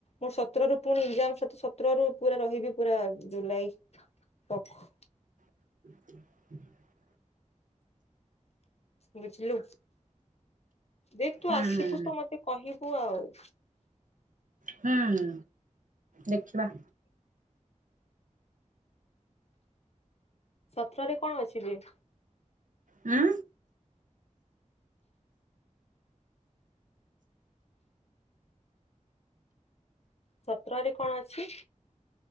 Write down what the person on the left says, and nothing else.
ମୁଁ ସତର ରୁ ପୁଣି ଏକଜାମ ସତ ସତର ରୁ ପୁରାରହିବି ପୁରା ଜୁଲାଇ ପାକ
ବୁଝିଲୁ ଦେଖ ତୁ
ଆସିବୁ ତ ମତେ କହିବୁ ଆଉ
ସତରେ କଣ ଅଛିିବେ
ପତ୍ରରେ କଣ ଅଛି?